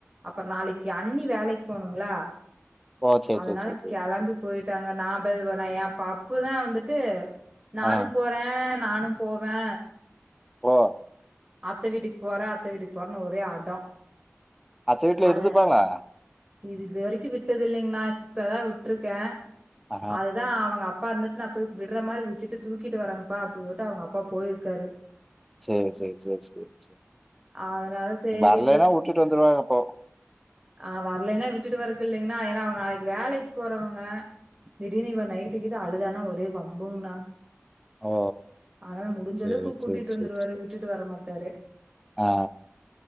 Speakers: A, on the right (about 25°); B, in the centre.
A: அப்பற நாளைக்கு அண்ணி வேலைக்கு போணுங்களா
B: ஓ சேரி
A: அதனால
B: சேரி சேரி சேரி
A: கெளம்பி போயிட்டாங்க நா பேது போன ஏ பப்புதா வந்துட்டு நானும்
B: ஆ
A: போ னே நானும் போவே
B: ஓ
A: அத்த வீட்டுக்கு போற அத்த வீட்டுக்கு போறேன்னு ஒரே அட
B: அத்த வீட்ல
A: அது
B: இருந்துப்பாங்களா
A: இது இது வரைக்கு விட்டது இல்லைங்கனா இப்பதா விட்ருக்கே
B: ஆ
A: அதுதா அவங்க அப் அப்பா இருந்துட்டு நா போய் விடுற மாரி விட்டுட்டு தூக்கிட்டு வரேங்கப்பா அப்டின்னு சொல்லிட்டு அவங்க அப்பா போயிருக்காரு
B: சேரி சேரி சேரி சேரி சேரி
A: அதனால சரி
B: வரலேனா வுட்டுட்டு வந்துருவாரு அப்போ
A: ஆ வரலேனா விட்டுட்டு வரக்கு இல்லைங்கன்னா ஏனா அவுங்க நாளைக்கி வேலைக்கு போறவுங்க திடீர்னு இவ நைட்டு கீட்டு அழுதானா ஒரே வம்புங்னா
B: ஓ
A: அதனால முடிஞ்ச
B: சேரி
A: அளவுக்கு கூட்டிட்டு
B: சேரி
A: வந்துருவாரு
B: சேரி சேரி
A: விட்டுட்டு வரமாட்டாரு
B: ஆ